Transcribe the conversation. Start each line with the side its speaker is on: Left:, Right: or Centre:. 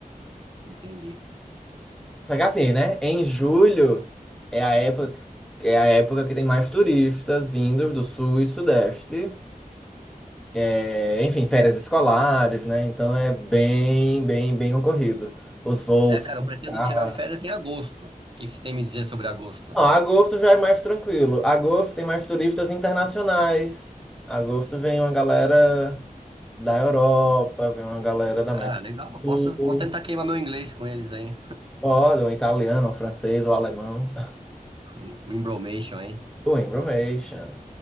Right: Entendi.
Centre: Só que assim, né? Em julho é a época, é a época que tem mais turistas vindos do sul e sudeste. É, enfim, férias escolares, né? Então é bem, bem, bem concorrido. Os voos
Right: É, cara,
Centre: são
Right: eu
Centre: mais
Right: pretendo
Centre: caros.
Right: tirar férias em agosto. O que que você tem a me dizer sobre agosto?
Centre: Não, agosto já é mais tranquilo. Agosto tem mais turistas internacionais. Agosto vem uma galera da Europa, vem uma galera da América
Right: Ah, legal.
Centre: do
Right: Posso,
Centre: Sul.
Right: posso tentar queimar meu inglês com eles aí.
Centre: Pode, um italiano, um francês ou alemão.
Right: Um embromation, hein?
Centre: O Information.